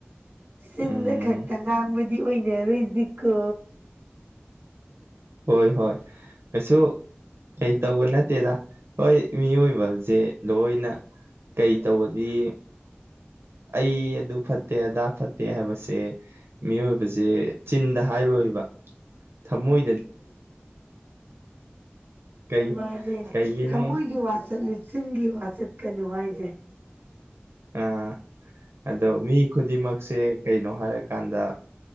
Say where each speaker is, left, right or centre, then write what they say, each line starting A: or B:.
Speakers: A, on the right; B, on the right.
A: ꯆꯤꯟꯗ
B: ꯎꯝ
A: ꯈꯛꯇ ꯉꯥꯡꯕ ꯗꯤ ꯑꯣꯏꯅ ꯔꯣꯏꯖꯤꯀꯣ
B: ꯍꯣꯏ ꯍꯣꯏ ꯀꯩꯁꯨ ꯀꯩ ꯇꯧꯕ ꯅꯠꯇꯦꯗ ꯍꯣꯏ ꯃꯤꯑꯣꯏꯕꯁꯦ ꯂꯣꯏꯅ ꯀꯩ ꯇꯧꯕꯗꯤ ꯑꯩ ꯑꯗꯨ ꯐꯠꯇꯦ ꯑꯗꯥ ꯐꯠꯇꯦ ꯍꯥꯏꯕꯁꯦ ꯃꯤꯑꯣꯏꯕꯁꯦ ꯆꯤꯟꯗ ꯍꯥꯏꯔꯣꯏꯕ ꯊꯃꯣꯏ ꯀꯩ
A: ꯃꯅꯦ
B: ꯀꯩꯒꯤꯅꯣ
A: ꯊꯃꯣꯏꯒꯤ ꯋꯥꯆꯠꯂꯨ ꯆꯤꯟꯒꯤ ꯋꯥ ꯆꯠꯀꯅꯨ ꯍꯥꯏꯖꯦ
B: ꯑꯥ ꯑꯗꯣ ꯃꯤ ꯈꯨꯗꯤꯡꯃꯛꯁꯦ ꯀꯩꯅꯣ ꯍꯥꯏꯔꯀꯥꯟꯗ